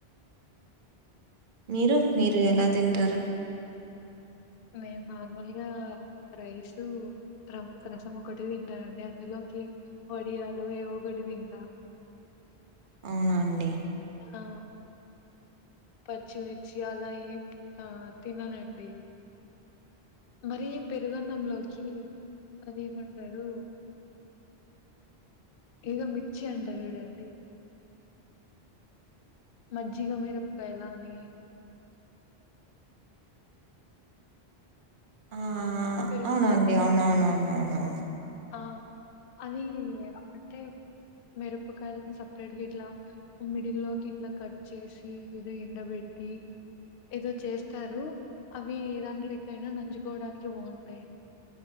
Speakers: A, on the right (about 55°); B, on the left (about 65°).
A: మీరు మీరు ఎలా తింటారు
B: మేము నార్మల్గా రైసు ర రసం ఒకటే తింటానండి అందులోకి ఒడియాలు ఏ ఒగటి తింద
A: అవునా అండి
B: ఆ పచ్చిమిర్చి అలా ఏం ఆ తిననండి మరి పెరుగన్నంలోకి అది ఏమంటారు ఏదో మిర్చి అంటారు చూడండి మజ్జిగామీరక్కాయలాని
A: ఆ
B: పెరుగున
A: అవునండి అవునవునవునవును
B: ఆ అది అంటే మిరపకాయలని సపరేట్గా ఇట్లా మిడిల్లోకి ఇట్ల కట్ చేసి ఎండబెట్టి ఏదో చేస్తారు అవి దాంట్లో కయినా నంజుకోవడానికి బాగుంటాయి